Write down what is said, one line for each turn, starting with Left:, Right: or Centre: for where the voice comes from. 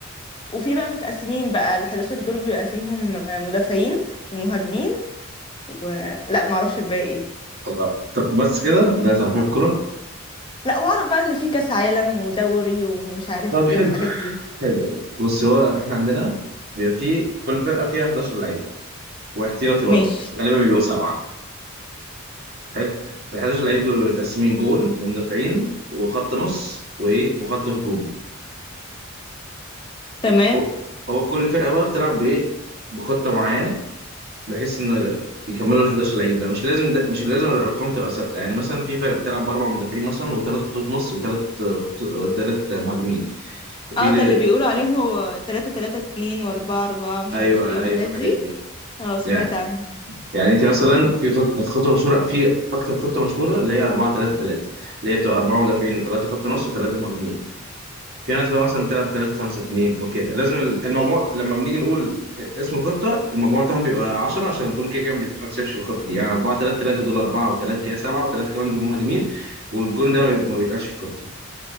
Left: وفي بقى متقسمين بقى ال 11 دول بيبقى فيهم مدافعين ومهاجمين و... لا ما اعرفش الباقي ايه
Right: الله طب بس كده ده تعرفي الكوره
Left: لا واعرف بقى ان في كاس عالم ودوري ومش عارف
Right: طب
Left: ايه
Right: حلو
Left: والحاجات دي
Right: حلو حلو بص هو احنا عندنا بيبقى في كل فرقه فيها 11 لعيب واحتياطي
Left: ماشي
Right: برضه غالبا بيبقوا سبعه حلو ال 11 لعيب دول بيبقوا متقسمين جول ومدافعين وخط نص وايه وخط هجوم
Left: تمام
Right: هو هو كل فرقه بقى بتلعب بايه بخطه معينه بحيث ان يكملوا ال 11 لعيب ده مش لازم ده مش لازم الارقام تبقى ثابته يعني مثلا في فرق بتلعب باربع مدافعين مثلا وثلاث خطوط نص وثلاث وثلاث مهاجمين وفي
Left: اه
Right: ل-
Left: ده اللي بيقولوا عليهم هو 3 3 2 و4 4 مش
Right: ايوه
Left: عارف ايه والحاجات
Right: ايوه الحاجات
Left: دي
Right: دي
Left: اه سمعت
Right: يعني
Left: عنها
Right: يعني انت مثلا في خط- خطه مشهوره في اكتر خطه مشهوره اللي هي 4 3 3 اللي هي بتبقى اربعه مدافعين وثلاثه خط نص وثلاثه مهاجمين في ناس بقى مثلا بتلعب 3 5 2 وكده لازم المجموع لما بنيجي نقول اسم الخطه المجموع بتاعهم بيبقى 10 عشان الجون كده كده ما بيتحسبش في الخطه دي يعني 4 3 3 دول 4 و3 كده 7 و3 كمان دول مهاجمين والجون ده ما بيتقالش في الخطه